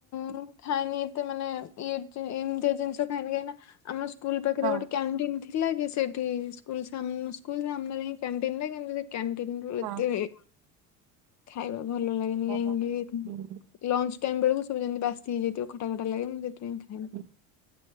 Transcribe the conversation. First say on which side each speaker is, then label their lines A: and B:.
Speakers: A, on the left (about 40°); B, on the right (about 50°).
A: ମୁଁ ଖାଇନି ଏତେ ମାନେ ଇଏ ଯେ ଏମିତିଆ ଜିନିଷ ଖାଏନି, କାହିଁକି ନା ଆମ ସ୍କୁଲ୍ ପାଖରେ
B: ହଁ
A: ଗୋଟେ କ୍ୟାଣ୍ଟିନ୍ ଥି ଥିଲା କି ସେଠି ସ୍କୁଲ୍ ସାମ ସ୍କୁଲ୍ ସାମ୍ନାରେ ହିଁ କ୍ୟାଣ୍ଟିନ୍ ଟା କିନ୍ତୁ ସେ କ୍ୟାଣ୍ଟିନ ରୁ
B: ହଁ
A: ଏତେ ଏ ଖାଇବା ଭଲ ଲାଗେନି, କାହିଁକି
B: ଓହୋ।
A: ଉଁ,
B: ହୁଁ,
A: ଲଞ୍ଚ ଟାଇମ୍ ବେଳକୁ ସବୁ ଯେମତି ବାସି ହେଇଯାଇଥିବ ଖଟା ଖଟା ଲାଗେ ମୁଁ ସେଥିପାଇଁ ଖାଏନି।
B: ହ।